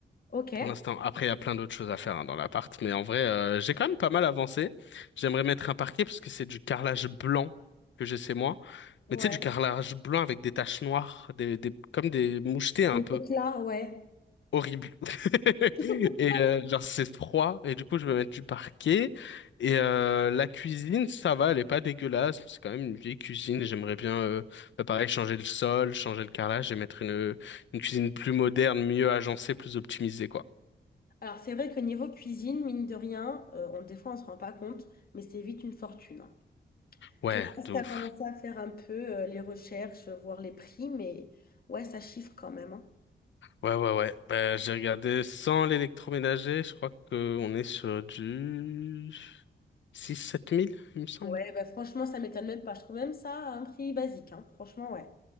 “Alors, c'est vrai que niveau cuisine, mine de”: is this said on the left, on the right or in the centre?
Left